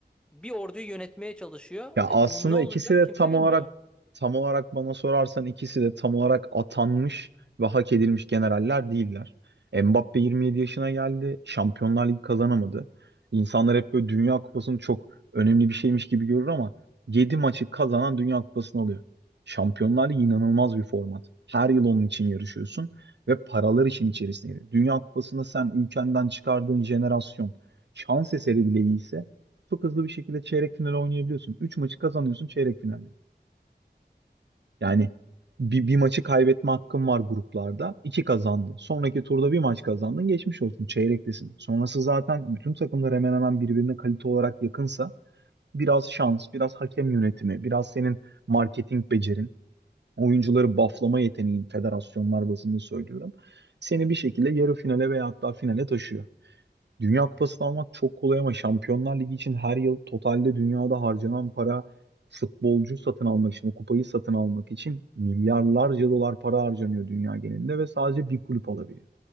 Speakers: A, in the centre; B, on the right (about 75°).
A: bir orduyu yönetmeye çalışıyor.
B: Ya
A: E,
B: aslında
A: ne olacak
B: ikisi de
A: kimse
B: tam
A: bilmiyor.
B: olarak tam olarak bana sorarsan ikisi de tam olarak atanmış ve hak edilmiş generaller değiller. Mbappe 27 yaşına geldi. Şampiyonlar Ligi kazanamadı. İnsanlar hep böyle Dünya Kupası'nı çok önemli bir şeymiş gibi görür ama 7 maçı kazanan Dünya Kupası'nı alıyor. Şampiyonlar Ligi inanılmaz bir format. Her yıl onun için yarışıyorsun ve paralar için içerisine giriyor. Dünya Kupası'nda sen ülkenden çıkardığın jenerasyon şans eseri bile iyiyse çok hızlı bir şekilde çeyrek final oynayabiliyorsun. 3 maçı kazanıyorsun çeyrek finalde. Yani bir, bir maçı kaybetme hakkın var gruplarda. 2 kazandın. Sonraki turda bir maç kazandın. Geçmiş olsun. Çeyrektesin. Sonrası zaten bütün takımlar hemen hemen birbirine kalite olarak yakınsa biraz şans, biraz hakem yönetimi, biraz senin marketing becerin, oyuncuları bufflama yeteneğin, federasyonlar bazında söylüyorum. Seni bir şekilde yarı finale veya hatta finale taşıyor. Dünya Kupası'nı almak çok kolay ama Şampiyonlar Ligi için her yıl totalde dünyada harcanan para futbolcu satın almak için, o kupayı satın almak için milyarlarca dolar para harcanıyor dünya genelinde ve sadece bir kulüp alabiliyor.